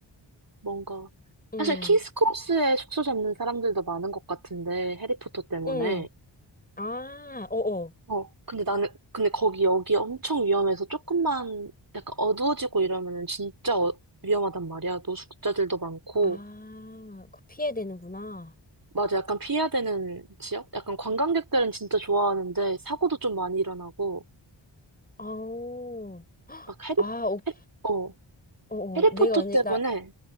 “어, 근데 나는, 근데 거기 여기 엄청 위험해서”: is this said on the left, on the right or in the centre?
Right